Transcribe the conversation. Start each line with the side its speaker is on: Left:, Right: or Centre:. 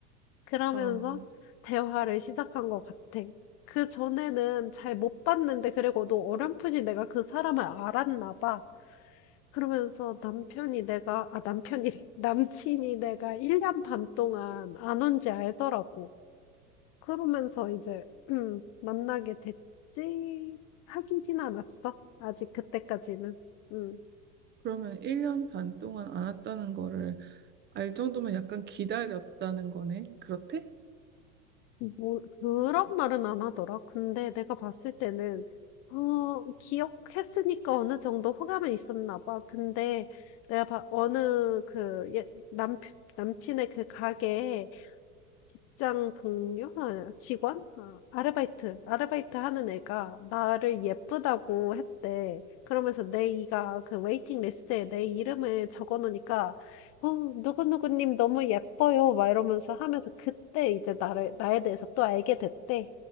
Left: 그러면서
Right: 아,
Left: 대화를 시작한 것 같아. 그전에는 잘 못 봤는데 그리고 너 어렴풋이 내가 그 사람을 알았나 봐. 그러면서 남편이 내가, 아, 남편이래. <laughs> 남친이 내가 1년 반 동안 안 온지 알더라고. 그러면서 이제, 음, 만나게 됐지. 사귀진 않았어. 아직 그때까지는. 음,
Right: 그러면 1년 반 동안 안 왔다는 거를 알 정도면 약간 기다렸다는 거네. 그렇대?
Left: 뭐, 그런 말은 안 하더라. 근데 내가 봤을 때는, 어, 기억했으니까 어느 정도 호감은 있었나 봐. 근데 내가 봐, 어느 그, 예, 남편, 남친의 그 가게에 직장 동료? 아 직원? 아 아르바이트, 아르바이트 하는 애가 나를 예쁘다고 했대. 그러면서 내 이가 그 웨이팅 리스트에 내 이름을 적어 놓으니까 "어 누구누구 님 너무 예뻐요." 막 이러면서 하면서 그때 이제 나를 나에 대해서 또 알게 됐대.